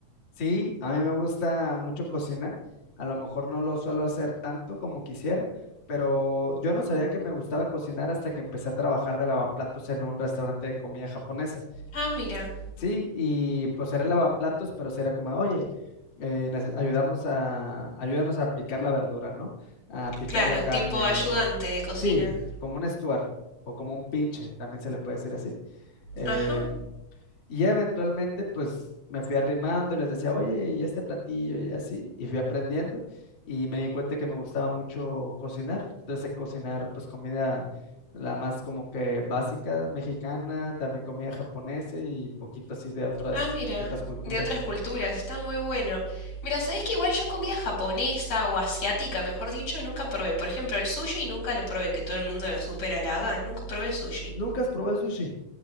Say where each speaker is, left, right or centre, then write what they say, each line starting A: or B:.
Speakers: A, on the left; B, on the left.
A: Sí, a mí me gusta mucho cocinar. A lo mejor no lo suelo hacer tanto como quisiera, pero yo no sabía que me gustaba cocinar hasta que empecé a trabajar de lavaplatos en un restaurante de comida japonesa.
B: Ah, mira.
A: Sí, y pues era lavaplatos, pero sí era como, oye, eh, neces- ayudamos a, ayúdanos a picar la verdura, ¿no? A picar
B: Claro,
A: la carne
B: tipo ayudante
A: o
B: de cocina.
A: Sí, como un Stuart o como un pinche, también se le puede decir así. Em,
B: Ajá.
A: y ya eventualmente, pues me fui arrimando y les decía, oye, y este platillo y así, y fui aprendiendo y me di cuenta que me gustaba mucho cocinar. Entonces, sé cocinar, pues comida la más como que básica mexicana, también comida japonesa y poquito así de otras,
B: Ah, mira.
A: de otras culturas.
B: De otras culturas. Está muy bueno. Mira, sabes que igual yo comida japonesa o asiática, mejor dicho, nunca probé? Por ejemplo, el sushi nunca lo probé, que todo el mundo lo supera, la hagan, Nunca probé el sushi.
A: ¿Nunca has probado el sushi?